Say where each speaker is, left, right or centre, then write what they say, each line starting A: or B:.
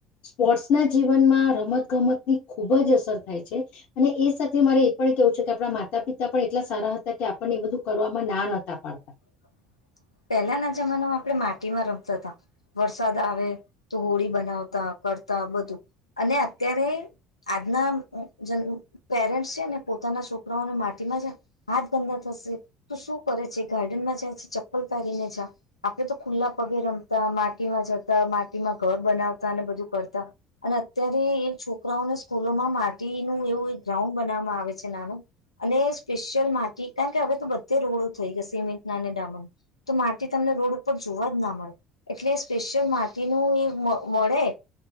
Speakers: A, on the left (about 55°); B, on the left (about 80°).
A: સ્પોર્ટ્સના જીવનમાં રમતગમતની ખુબ જ અસર થાય છે અને એ સાથે મારે એ પણ કેવું છે કે આપણા માતા પિતા પણ એટલા સારા હતા કે આપણને બધું કરવામાં ના નહોતા પાડતા.
B: <inaudible> પહેલાના જમાનામાં આપણે માટીમાં રમતા હતા, વરસાદ આવે તો હોળી બનાવતા. કરતા બધું, અને અત્યારે આજના જ પેરેન્ટ્સ છે ને પોતાના છોકરાઓને માટીમાં જ હાથ ગંદા થ તો શું કરે છે ગાર્ડનમાં જાય પહેરીને જા, આપડે તો ખુલ્લા પગે રમતા માટીમાં જતા માટીમાં ઘર બનાવતા અને બધું કરતા, અને અત્યારે એ છોકરાઓને સ્કૂલોમાં માટીનું એવું એક ગ્રાઉન્ડ બનાવામાં આવે. નાનું, અને સ્પેશિયલ માટી કારણ કે હવે તો બધે રોડો થઈ ગયા સિમેન્ટ ના અને ડામન. તો માટી તમને રોડ ઉપર જોવા જ ના મળે, એટલે સ્પેશિયલ માટીનું એ મળે.